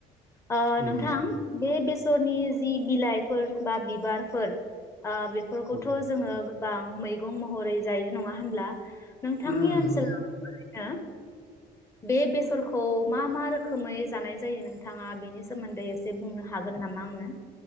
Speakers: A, on the left; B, on the left.
A: ओ
B: उम
A: नोंथां बे बेसरनि जि बिलाइफोर बा बिबारफोर ओ बेफोरखौथ
B: उम
A: जोंङो बां मैगं महरै जायो नंङा होनब्ला? नोंथांनि
B: उम
A: ओनसोलाव
B: नंगौ
A: हा बे बेसरखौ मा मा रोखोमै जानाय जायो नोंथाङा बेनि सोमोन्दै एसे बुंनो हागोन नामा आंनो?